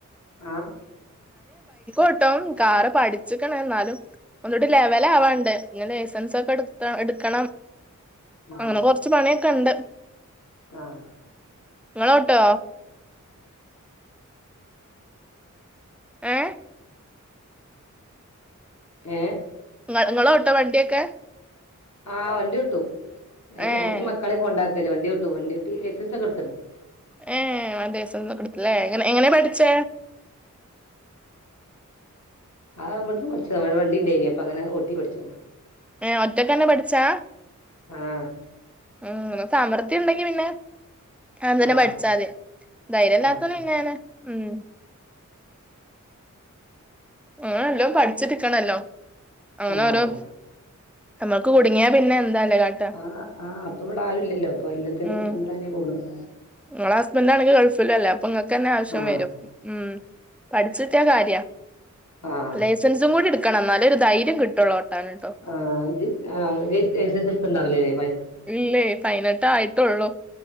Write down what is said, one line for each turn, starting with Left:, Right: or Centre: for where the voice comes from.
Left: ആ
Centre: ട്ടും കാറ് പഠിച്ചിക്ക്ണ്. എന്നാലും ഒന്നൂടി ലെവല് ആവാണ്ട്. ഇഞ് ലൈസൻസ് ഒക്കെ എടുത്ത എടുക്കണം
Left: ആഹ്
Centre: അങ്ങനെ കൊറച്ച് പണിയൊക്കെ ഇണ്ട്
Left: ആഹ്
Centre: നിങ്ങളോട്ടോ? ഏഹ്
Left: ഏ
Centre: ങ്ങ ങ്ങളോട്ടോ വണ്ടിയൊക്കെ?
Left: ആ വണ്ടി ഓട്ടും
Centre: ഏഹ്
Left: ഞാനാ മക്കളെ കൊണ്ടാക്കല് വണ്ടി ഓട്ടും വണ്ടി ഓട്ടി ലൈസൻസ്. ഒക്കെടുത്തുക്ക്ണ്.
Centre: <unintelligible> എങ്ങനെയ പഠിച്ചേ?
Left: ആ വിടുന്ന് പഠിച്ചതാ ഇവിടെ വണ്ടി ഇണ്ടായീനി അപ്പൊ അങ്ങനെ ഓട്ടി പഠിച്ചതാ.
Centre: ഏ ഒറ്റക്കന്നെ പഠിച്ചാ
Left: ആഹ
Centre: ഉം സമൃദ്ധിണ്ടെങ്കിൽ പിന്നെ അതന്നെ
Left: ആഹ്
Centre: പഠിച്ചാമതി ധൈര്യംല്ലാത്തോന്ന്
Left: ആഹ്
Centre: പിന്നെ ഉം അങ്ങനെല്ലോ പഠിച്ചിരിക്കണല്ലോ അങ്ങനെ
Left: ആഹ്
Centre: ഓരോ നമ്മക്ക് കുടുങ്ങിയാ പിന്നെ എന്താല്ലേ കാട്ടാ
Left: ആ ആ അപ്പോവിവിടെ ആരുല്ലല്ലോ അപ്പോല്ലാത്തിനും
Centre: ഉം
Left: നമ്മൾ തന്നെ പോന്നത്
Centre: നിങ്ങളെ ഹസ്ബൻന്റാണെങ്കിൽ ഗൾഫിലും അല്ലേ അപ്പോ നിങ്ങൾക്ക് തന്നെ ആവശ്യം
Left: ആഹ്
Centre: വരും ഉം പഠിച്ചിട്ടിയാ കാര്യ
Left: ആഹ്
Centre: ലൈസൻസും കൂടി എടുക്കണം എന്നാലേ ഒരു ധൈര്യം കിട്ടുള്ളൂ ഓട്ടാന്ട്ടോ
Left: ആ ഇജ്ജ് ആ ലൈസൻസെത്തുണ്ടാവില്ലാലെ
Centre: ഇല്ലേ പതിനെട്ടേ ആയിട്ടുള്ളൂ